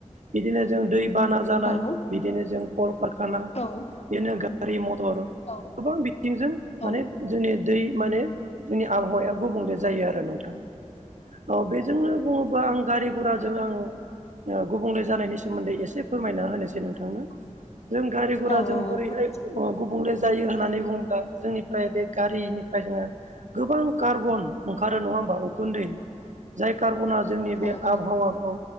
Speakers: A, on the right (about 80°); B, on the left (about 60°).
A: बिदिनो जों दैबाना जानाय
B: औ
A: बिदिनो जों कलकारखाना
B: औ
A: नो गारि मटर
B: औ
A: गोबां बिथिंजों
B: औ
A: माने जोंनि दै माने जोंनि आबहावाया गुबुंले जायो आरो नोंथां। औ बेजोंनो बुङोबा आं गारि घराजों आं गुबुंले जानायनि सोमोन्दै एसे फोरमायना होनोसै नोंथांनो जों गारि गुरा
B: औ
A: जों
B: औ
A: बोरैहाय
B: फोरमायजागोन
A: गुबुंले जायो होननानै बुङोब्ला जोंनिफ्राय बे गारिनिफ्राय जोङो गोबां कार्बन ओंखारो नङा होमबा उखुन्दै जाय कार्बना जोंनि बे
B: औ औ
A: आबहावाखौ
B: नंगौ